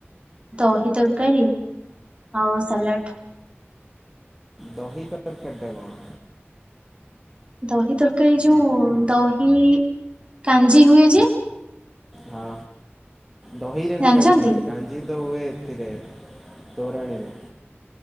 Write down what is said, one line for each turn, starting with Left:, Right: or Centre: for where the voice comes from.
Right: ଦହି ତରକାରୀ, ଆଉ ସାଲାଟ୍।
Centre: ଦହି ତରକାରୀ ଟା କଣ?
Right: ଦହି ତରକାରୀ ଯୋଉ, ଦହି କାଞ୍ଜି ହୁଏ ଯେ।
Centre: ହଁ, ଦହିରେ
Right: ଜାଣିଛନ୍ତି?
Centre: କଣ କାଞ୍ଜି ହୁଏ? କାଞ୍ଜି ତ ହୁଏ ଏଥିରେ, ତୋରାଣୀରେ।